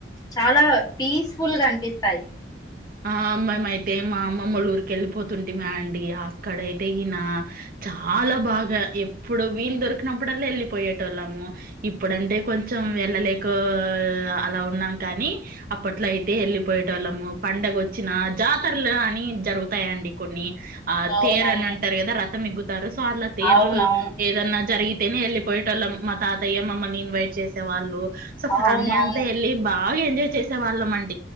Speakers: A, on the left (about 20°); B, on the right (about 50°).
A: చాలా పీస్ఫుల్ గా అనిపిస్తాయి
B: ఆ మేమయితే మా అమ్మమ్మోల్లూరికి వెళ్ళిపోతుంటిమి అండి అక్కడైతేనా చాలా బాగా ఎప్పుడు వీలు దొరికినప్పుడల్లా వెళ్ళిపోయేటోళ్ళము ఇప్పుడంటే కొంచెం చం వెళ్ళలేక అలా ఉన్నాం కానీ అప్పట్లో అయితే వెళ్ళిపోయేటోళ్ళము పండుగొచ్చినా జాతరలు అని జరుగుతాయండి కొన్ని ఆ
A: అవునవును
B: తేరు అని అంటరు కదా రథం ఎక్కుతారు సో అలా తేర్లు
A: అవునవును
B: ఏదన్నా జరిగి తేనె వెళ్ళిపోయేటోళ్ళం మా తాతయ్య మమ్మల్ని ఇన్వైట్ చేసేవాళ్ళు సో
A: అవునవును
B: ఫ్యామిలీ అంతా వెళ్ళి బా బాగా ఎజాయ్ చేసే వాళ్ళమండి